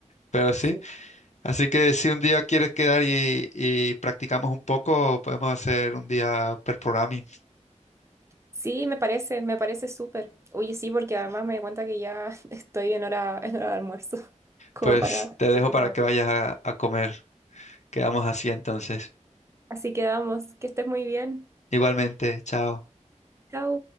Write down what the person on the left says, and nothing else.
Pero sí,
así que si un día quieres quedar y, y practicamos un poco, podemos hacer un día per programming.
Pues
te dejo
para
que vayas a a comer. Quedamos así entonces.
Igualmente, chao.